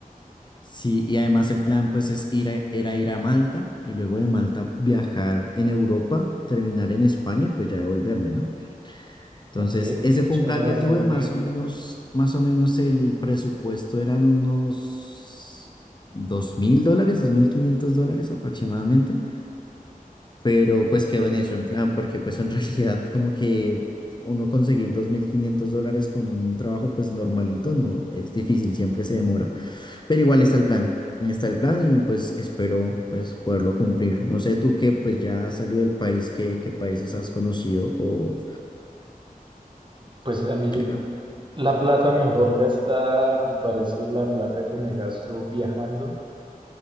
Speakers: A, on the left; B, on the right.
A: sí, y además el plan pues es ir a, era ir a Malta y luego de Malta viajar en Europa, terminar en España y pues ya devolverme, ¿no? Entonces,
B: Ok,
A: ese fue
B: suena
A: un plan que
B: bastante
A: tuve, más
B: bien.
A: o menos, más o menos el presupuesto eran unos dos mil dólares, dos mil quinientos dólares aproximadamente. pero pues quedó en eso, en plan, porque pues en <laughs> realidad como que uno conseguir 2.500 dólares con un trabajo pues normalito, no, es difícil, siempre se demora, pero igual está el plan, está el plan y pues espero pues poderlo cumplir. No sé tú que pues ya has salido del país, ¿qué, qué países has conocido o...
B: Pues a mí
A: Ok,
B: La plata mejor gastada me parece la plata que me gasto viajando